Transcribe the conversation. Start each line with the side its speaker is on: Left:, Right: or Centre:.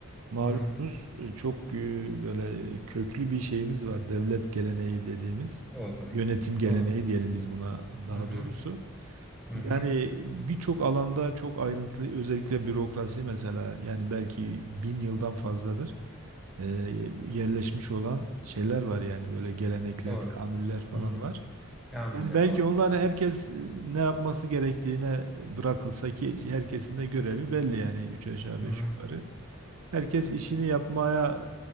Right: malumunuz
Centre: Hı,
Right: e, çok e, böyle köklü bir şeyimiz var. Devlet geleneği dediğimiz
Centre: doğru.
Right: yönetim geleneği
Centre: Doğru.
Right: diyelim biz buna daha
Centre: Hı hı.
Right: doğrusu.
Centre: Hı
Right: Yani
Centre: hı.
Right: birçok alanda çok ayrıntılı özellikle bürokrasi mesela yani belki bin yıldan fazladır. e, yerleşmiş olan şeyler var yani böyle gelenekler,
Centre: Doğru.
Right: teamüller falan
Centre: Hı hı.
Right: var.
Centre: Kamille
Right: Yani belki
Centre: doğru.
Right: onları herkes e, ne yapması gerektiğine bırakılsa ki herkesin de görevi belli yani üç aşağı
Centre: Hı
Right: beş
Centre: hı.
Right: yukarı. Herkes işini yapmaya